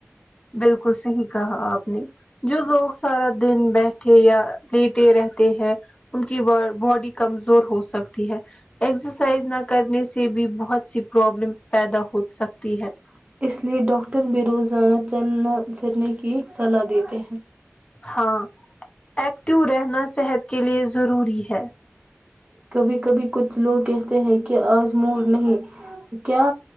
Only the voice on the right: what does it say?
ہے، اس لیے ڈاکٹر بھی روزانہ چلنا پھرنے کی صلاح دیتے ہیں
کبھی کبھی کچھ لوگ کہتے ہیں کہ آج موڈ نہیں کیا